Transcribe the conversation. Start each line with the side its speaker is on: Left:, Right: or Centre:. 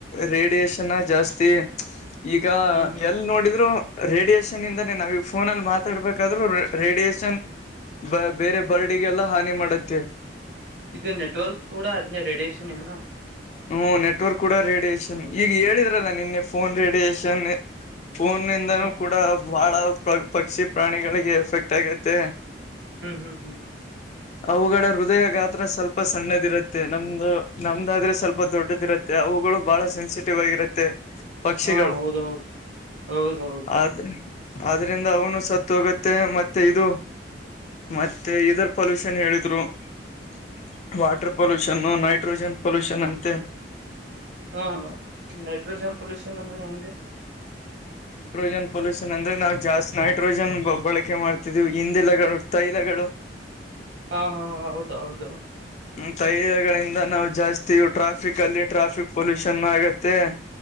Left: ರೇಡಿಯೇಶನ್ನ ಜಾಸ್ತಿ ಈಗ
Right: ಹ್ಮ್ ಹ್ಮ್
Left: ಎಲ್ ನೋಡಿದ್ರು ರೇಡಿಯಷನ್ ಇಂದಾನೇ ನಾವ ಈ ಫೋನಲ್ಲಿ ಮಾತಾಡ್ಬೇಕಾದ್ರು ರೇಡಿಯೇಷನ್ ಬ ಬೇರೆ ಬರ್ಡಿಗೆಲ್ಲ ಹಾನಿ ಮಾಡುತ್ತೆ
Right: ಇದು ನೆಟ್ವರ್ಕ್ ಕೂಡ ಅದನೇ ರೇಡಿಯೇಷನ್ ಏನ
Left: ಹ್ಮ್ ನೆಟ್ವರ್ಕ್ ಕೂಡ ರೇಡಿಯೇೇಶನ್
Right: ಹೌದು
Left: ಈಗ ಹೇಳಿದ್ರಲ್ಲ ನಿನ್ನೆ ಫೋನ್ ರೇಡಿಯಷನ್ ಫೋನ್ಂದನೂ
Right: ಹ್ಮ್
Left: ಕೂಡ ಬಹಳ ಪಕ್ಷಿ ಪ್ರಾಣಿಗಳಿಗೆ ಎಫೆಕ್ಟ್ ಆಗತೆ
Right: ಹ್ಮ್ ಹ್ಮ್ ಹ್ಮ್
Left: ಅವುಗಳಗಳ ಹೃದಯ ಗಾತ್ರ ಸ್ವಲ್ಪ ಸಣ್ಣದಿರುತ್ತೆ ನಮ್ದು ನಮ್ದಾದ್ರೆ ಸ್ವಲ್ಪ ದೊಡ್ಡದ ಇರುತ್ತೆ ಮತ್ತೆ ಅವುಗಳು ಬಹಳ ಸೆನ್ಸಿಟಿವ್ ಆಗಿರುತ್ತೆ ಪಕ್ಷಿಗಳು
Right: ಹಾ ಹೌದೌದು
Left: <unintelligible>
Right: ಹೌದೌದು
Left: ಆದ್ರೆ ಆದ್ರಿಂದ ಅವನು ಸತ್ ಹೋಗುತ್ತೆ ಮತ್ತೆ ಇದು <unintelligible> ಮತ್ತೆ ಇದ್ರ ಪೊಲ್ಯೂಷನ್ ಹೇಳಿದ್ರು <inaudible> ವಾಟರ್ ಪೊಲ್ಯೂಷನ್ ನೈಟ್ರೋಜನ್ ಪೊಲ್ಯೂಷನ್ ಅಂತೆ
Right: ಹಾ ನೈಟ್ರೋಜನ್ ಪೊಲ್ಯೂಷನ್ ಅಂದ್ರೆ ಹೆಂಗೆ
Left: ನೈಟ್ರೋಜನ್ ಪೊಲ್ಯೂಷನ್ ಅಂದ್ರೆ ನಾವು ಜಾಸ್ತಿ ನೈಟ್ರೋಜನ್ ಬಳಕೆ ಮಾಡ್ತಿದೀವಿ ಹಿಂದಿಲಗಳು ತೈಲಗಳು
Right: ಹಾ ಹಾ ಹೌದು ಹೌದು
Left: ಹ್ಮ ತೈಲಗಳಿಂದ ನಾವು ಜಾಸ್ತಿ ಟ್ರಾಫಿಕ್ ಅಲ್ಲಿ ಟ್ರಾಫಿಕ್ ಪೊಲ್ಯೂಷನ್ ಆಗತ್ತೆ.